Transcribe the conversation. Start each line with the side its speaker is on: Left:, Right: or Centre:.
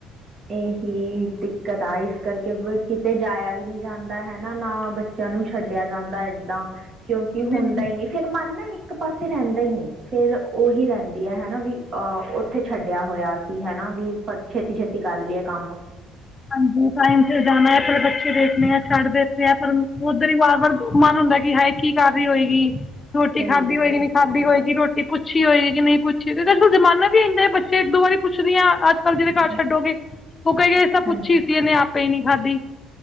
Right: ਇਹੀ ਦਿੱਕਤ ਆ ਇਸ ਕਰਕੇ ਕਿਤੇ ਜਾਇਆ ਵੀ ਨਹੀਂ ਜਾਂਦਾ ਹੈਾ ਨਾ ਬ ਬੱਚਿਆਂ ਨੂੰ ਛੱਡਿਆ ਜਾਂਦਾ ਏਦਾਂ ਕਿਉਂਕਿ ਹੁੰਦਾ
Left: ਨਹੀਂ
Right: ਹੀ ਨੀ ਫੇਰ ਮੰਨ ਨਾ ਈ ਇੱਕ ਪਾਸੇ ਰਹਿੰਦਾ ਹੀ ਨਹੀਂ ਫੇਰ ਉਹੀ ਰਹਿੰਦੀ ਹੈ ਹੈਨਾ ਵੀ ਅਹ ਉੱਥੇ ਛੱਡਿਆ ਹੋਇਆ ਸੀ ਹੈਨਾ ਵੀ ਫਿਰ ਛੇਤੀ ਛੇਤੀ ਕਰ ਲਈਏ ਕੰਮ
Left: ਹਾਂਜੀ ਟਾਈਮ ਸਿਰ ਜਾਣਾ ਆਪਣੇ। ਬੱਚੇ ਦੇਖਣੇ ਆ, ਛੱਡ ਦਿੱਤੇ ਆ। ਪਰ ਉੱਧਰ ਹੀ ਵਾਰ ਵਾਰ ਮਨ ਹੁੰਦਾ ਕਿ ਹਾ ਕੀ ਕਾਰਹੀ ਹੋਏਗੀ? ਰੋਟੀ
Right: ਸਹੀ
Left: ਖਾਧੀ
Right: ਗੱਲ
Left: ਹੋਏਗੀ? ਨਹੀਂੀ ਖਾਧੀ ਹੋਏਗੀ? ਰੋਟੀ ਪੁੱਛੀ ਹੋਏਗੀ? ਕਿ ਨਹੀਂ ਪੁੱਛੀ ਹੋਏਗੀ? ਫਿਰ ਅੱਜ ਕੱਲ ਜ਼ਮਾਨਾ ਵੀ ਬੱਚੇ ਇੱਕ ਦੋ ਵਾਰੀ ਪੁੱਛਦੀ ਹਾਂ। ਅੱਜ ਕੱਲ ਜਿਹਦੇ ਘਰ
Right: ਆ
Left: ਛੱਡੋਗੇ ਉਹ ਕਹਏਗਾ ਇਹ ਤਾਂ ਪੁੱਛੀ
Right: ਹਾਂਜੀ
Left: ਸੀ ਇਹਨੇ ਆਪ ਕਈ ਨੀ ਖਾਧੀ।